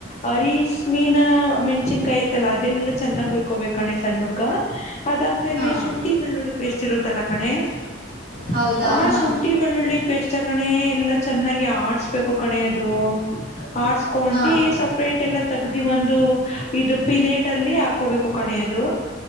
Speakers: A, on the left; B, on the right.
A: ಅರಶ್ಣೀಿನ ಮೆಣ್ಸಿನ್ಕಾಯಿ ಅದೆಲ್ಲ ಚೆನ್ನಾಗ ಕುಯಕಬೇಕುಣ್ಣ ಸಣ್ಣ ಅಕ್ಕಾ ಅದಾದ್ಮೇಲೆ
B: ಹಾಂ
A: ಶುಂಠಿ ಬೆಳ್ಳುಳ್ಳಿ ಪೇಸ್ಟ್ ಇರುತ್ತಲ್ಲ ಕಣೆ. <inaudible>
B: ಹೌದಾ
A: ಆ
B: ಹಾಂ
A: ಶುಂಟಿ ಶುಂಠಿ ಬೆಳ್ಳುಳ್ಳಿ ಪೇಸ್ಟ್ ಕಣೆ ಎಲ್ಲಾ ಚೆನ್ನಾಗಿ ಆಡ್ಸ್ಬೇಕು ಕಣೆ ಅದು ಅಡಸಿಬಿಟ್ಟ ಕೊಂಡಿ
B: ಹಾಂ
A: ಸಪ್ರೇಟ್ ಎಲ್ಲ ತೆಗ್ದಿ ಒಂದು ಇದು ಪಿಲೇಟ್ ಅಲ್ಲಿ ಹಾಕೋಬೇಕು ಕಣೆ ಅದು